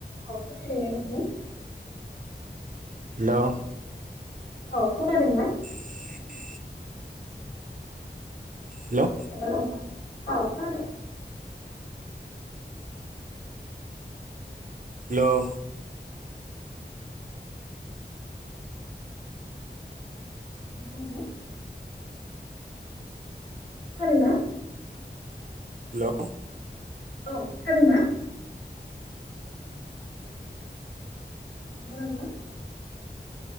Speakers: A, on the left; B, on the right.
A: औ खोनादोंना नोंथां
B: हेलौ
A: औ खोनादों ना
B: <inaudible> हेलौ
A: <unintelligible>
B: हेलौ
A: ना‌ नोथां खोनादोंना
B: हेलौ
A: औ खोनादों ना हेलौ नोंथां